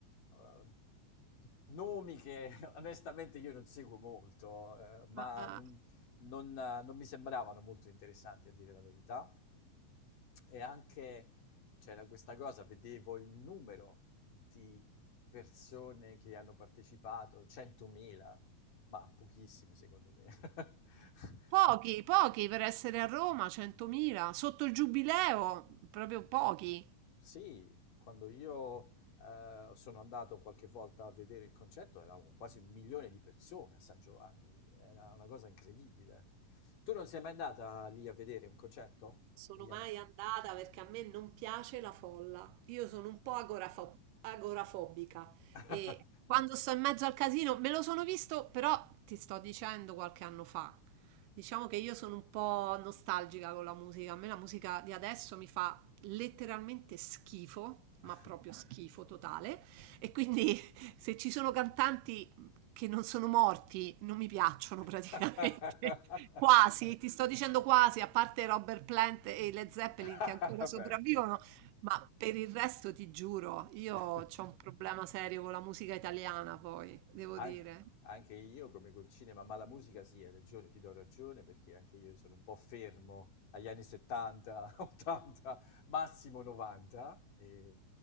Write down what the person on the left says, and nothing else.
eh, nomi che <laughs> onestamente io non seguo molto, eh, ma
non non- eh, non mi sembravano molto interessanti a dire la verità. E anche c'era questa cosa, vedevo il numero di persone che hanno partecipato, 100.000, ma pochissime secondo me. <laughs>
Sì, quando io eh, sono andato qualche volta a vedere il concerto eravamo quasi un milione di persone a San Giovanni, lì. era una cosa incredibile. Tu non sei mai andata lì a vedere un concerto
negli anni?
Ah.
<laughs>
<laughs>
Vabbè.
<laughs>
An-
anche io, come col cinema, ma la musica sì, hai ragione, ti do ragione, perché anche io sono un po' fermo agli anni 70, 80, <laughs> massimo 90, e